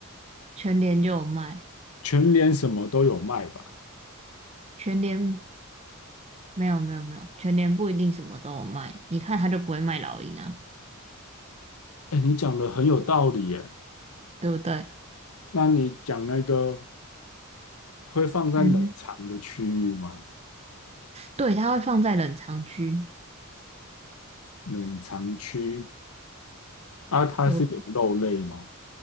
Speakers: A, on the right (about 30°); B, on the left (about 75°).
A: 全联就有卖，
B: 全联什么都有卖吧？
A: 全联没有没有没有，全联不一定什么都有卖。你看它就不会卖老鹰啊，
B: 哎，你讲的很有道理耶。
A: 对不对？
B: 那你讲那个会放在冷藏的区域吗？
A: 嗯，对，它会放在冷藏区，
B: 冷藏区啊，它是有肉类吗？
A: 有，